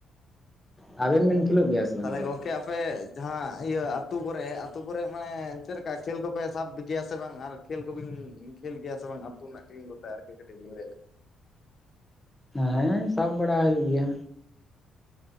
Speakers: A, in the centre; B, on the left (about 50°).
A: ᱟᱵᱮᱱ ᱵᱮᱱ ᱠᱷᱮᱞᱳ ᱜᱮᱭᱟ? ᱥᱮ ᱵᱟᱝ
B: ᱛᱟᱦᱚᱞᱮ
A: ᱵᱚᱞ
B: ᱜᱚᱝᱠᱮ ᱟᱯᱮ ᱡᱟᱦᱟᱸ ᱤᱭᱟᱹ ᱟᱹᱛᱩ ᱠᱚᱨᱮ ᱟᱹᱛᱩ ᱠᱚᱨᱮ ᱢᱟᱱᱮ ᱪᱮᱞᱠᱟ ᱠᱷᱮᱞ ᱠᱚᱯᱮ ᱥᱟᱵᱽ ᱜᱮᱭᱟ ᱥᱮ ᱵᱟᱝ ᱟᱨ ᱠᱷᱮᱞ ᱠᱚᱵᱤᱱ ᱠᱷᱮᱞ ᱜᱮᱭᱟ ᱥᱮ ᱵᱟᱝ ᱟᱹᱛᱩ ᱨᱮᱱᱟᱜ ᱴᱤᱢ ᱠᱚᱛᱮ ᱟᱨᱠᱤ ᱠᱟᱹᱴᱤᱡ ᱞᱮ
A: ᱦᱮᱸᱻ ᱥᱟᱵᱽ ᱵᱟᱲᱟ ᱦᱩᱭᱩᱜ ᱜᱮᱭᱟ᱾